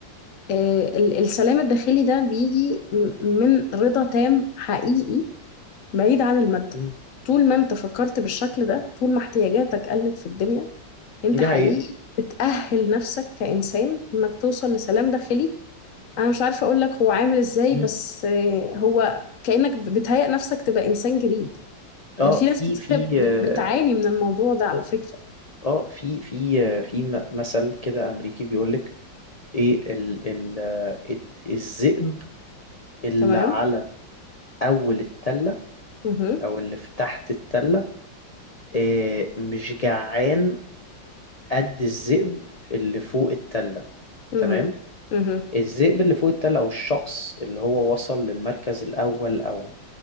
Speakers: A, on the left; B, on the left.
A: آه، ال- السلام الداخلي ده بيجي م- من رضا تام حقيقي بعيد عن المادة
B: أمم.
A: طول ما انت فكرت بالشكل ده طول ما احتياجاتك قلت في الدنيا انت
B: دي
A: حقيقي
B: حقيقة
A: بتأهل نفسك كإنسان انك توصل لسلام داخلي انا مش عارفة اقول لك هو عامل ازاي
B: أمم.
A: بس آه، هو كأنك بتهيئ نفسك تبقى إنسان جديد
B: اه
A: يعني في ناس
B: في
A: كتيرة
B: في
A: بت-
B: اه
A: بتعاني من الموضوع ده على فكرة
B: آه، في في آه، في م- مثل كده امريكي بيقول لك ايه ال ال آه، الذئب اللي
A: تمام
B: على اول التله
A: مهم.
B: او اللي في تحت التله آه، مش جعان قد الذئب اللي فوق التله
A: مهم.
B: تمام
A: مهم.
B: الذئب اللي فوق التله او الشخص اللي هو وصل للمركز الاول او